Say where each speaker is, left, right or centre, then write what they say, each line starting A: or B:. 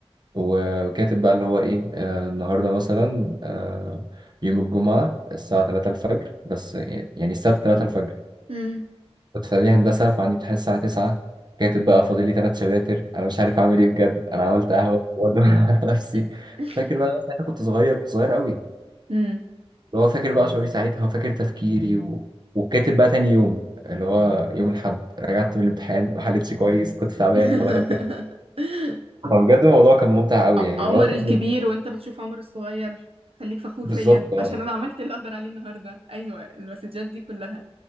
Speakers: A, on the right; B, on the right.
A: وكاتب بقى اللي هو ايه آه النهارده مثلا آه يوم الجمعة الساعة 3 الفجر بس يعني السبت 3 الفجر
B: مم.
A: كنت في إعدادية هندسة فعندي امتحان الساعة 9 كاتب بقى فاضل لي ثلاث شباتر انا مش عارف اعمل ايه بجد انا عملت قهوة وادور <laughs> على نفسي
B: <laughs>
A: فاكر بقى أنا ساعتها كنت صغير كنت صغير قوي
B: مم.
A: اللي هو فاكر بقى شعوري ساعتها وفاكر تفكيري و... وكاتب بقى تاني يوم اللي هو يوم الأحد رجعت من الامتحان ما حلتش كويس كنت تعبان
B: <laughs>
A: فدخلت فبجد الموضوع كان ممتع قوي
B: ع-
A: يعني
B: عمر
A: اللي هو كان
B: الكبير وانت بتشوف عمر الصغير خليك فخور
A: بالظبط
B: فيا
A: اه
B: عشان انا عملت اللي اقدر عليه النهارده ايوه المسجات دي كلها